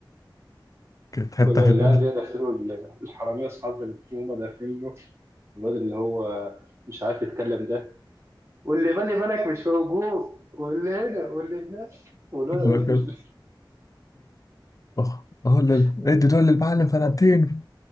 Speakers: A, on the left; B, on the right.
A: كانت حته
B: والعيال
A: حلوه
B: دي داخلوا الحراميه اصحاب فلانتين هم داخلين له الواد اللي هو مش عارف يتكلم ده واللي بالي بالك مش موجود واللي هنا واللي هناك والواد
A: قال له كده. اه اه لل-
B: <laughs>
A: ادي دول للمعلم فلانتين